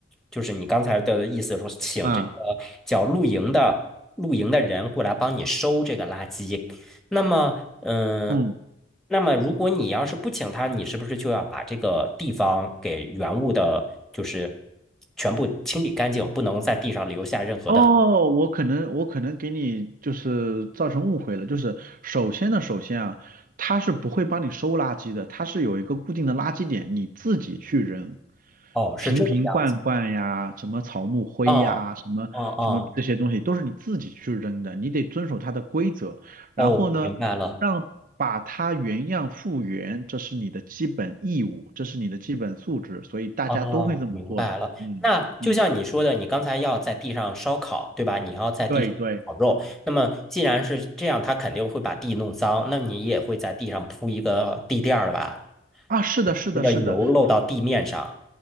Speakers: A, in the centre; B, on the right.
A: 就是你刚才的意思说，请这个
B: 啊
A: 叫露营的露营的人过来帮你收这个垃圾，那么，嗯，
B: 嗯。
A: 那么如果你要是不请他，你是不是就要把这个地方给原物的，就是全部清理干净，不能在地上留下任何的
B: 哦，我可能我可能给你就是造成误会了，就是首先呢，首先啊，他是不会帮你收垃圾的，它是有一个固定的垃圾点，你自己去扔，
A: 哦，是这个样子。
B: 瓶瓶罐罐呀，什么草木灰呀，
A: 啊啊啊！
B: 什么什么这些东西都是你自己去扔的，你得遵守它的规则，
A: 哦，
B: 然后呢，
A: 明白了。
B: 让把它原样复原，这是你的基本义务，这是你的基本素质，所以大家都会这么做的，
A: 哦，明白了。
B: 嗯嗯，
A: 那就像你说的，你刚才要在地上烧烤，对吧？你要在地上烤肉。
B: 对对。
A: 那么既然是这样，它肯定会把地弄脏，那你也会在地上铺一个地垫儿吧？
B: 啊，是的，是的，
A: 那个油漏到地面上。
B: 是的，